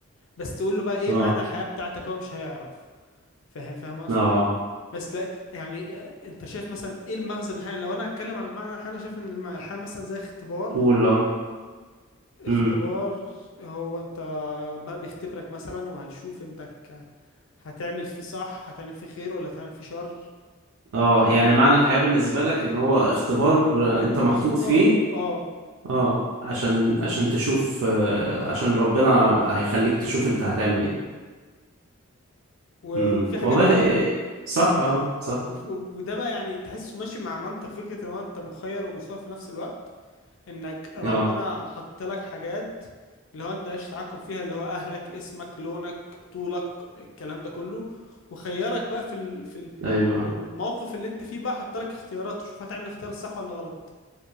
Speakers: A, on the left; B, on the right.
A: بس تقول له بقى ايه
B: آه
A: معنى الحياه بتاعتك هو مش هيعرف فاهم فاهم اقصد
B: آه
A: ايه بس لا يعني انت شايف مثلا ايه المغزى من الحياه لو انا هتكلم عن معنى الحياه انا شايف ان الم- الحياه مثلا زي اختبار
B: قول
A: اختبار
B: آه
A: هو انت ربنا بيختبرك مثلا وهيشوف انتك هتعمل فيه صح هتعمل فيه خير ولا هتعمل فيه شر
B: اه يعني معنى الحياة بالنسبة لك ان هو اختبار آه، انت محطوط
A: هو اختبار
B: فيه
A: اه
B: اه عشان عشان تشوف آه، عشان ربنا هيخليك تشوف انت هتعمل ايه
A: و-
B: امم
A: وفي حاجات
B: والله
A: بقى
B: ف- إيه، صح
A: و-
B: اه صح
A: وف- وده بقى يعني تحسه ماشي مع منطق فكرة ان هو انت مخير ومسير في نفس الوقت انك ربنا
B: اه
A: حط لك حاجات اللي هو انت مالكش تحكم فيها اللي هو اهلك اسمك لونك طولك الكلام ده كله وخيرك بقى في ال... في ال-
B: ايوه آه،
A: الموقف اللي انت فيه بقى حط لك اختيارات وشوف هتعمل اختيار صح ولا غلط